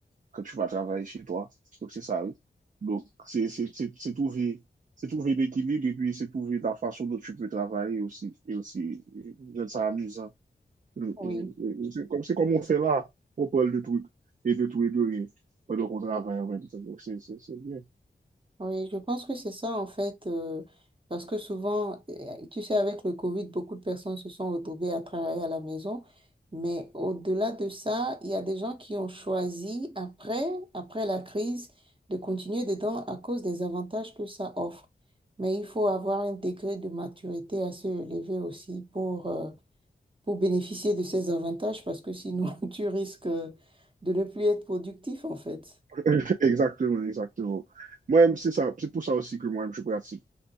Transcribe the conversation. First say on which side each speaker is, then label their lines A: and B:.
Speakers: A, on the right; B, on the right.
A: quand tu vas travailler chez toi. Donc, c'est ça. Oui. Donc, c'est c'est c'est c'est trouver, c'est trouver l'équilibre et puis c'est trouver la façon dont tu peux travailler aussi. Et aussi, c'est amusant.
B: oui.
A: C'est comme, c'est comme on fait là, on parle de trucs et de tout et de rien. Pendant qu'on travaille en même temps. Donc, c'est c'est, c'est bien.
B: Oui, je pense que c'est ça en fait, euh, parce que souvent, euh, tu sais, avec le Covid, beaucoup de personnes se sont retrouvées à travailler à la maison, mais au-delà de ça, il y a des gens qui ont choisi après, après la crise, de continuer dedans à cause des avantages que ça offre. Mais il faut avoir un degré de maturité assez élevé aussi pour, euh, pour bénéficier de ces avantages parce que sinon <laughs> tu risques euh, de ne plus être productif en fait.
A: <laughs> exactement, exactement. Moi, c'est ça. C'est pour ça aussi que moi, je pratique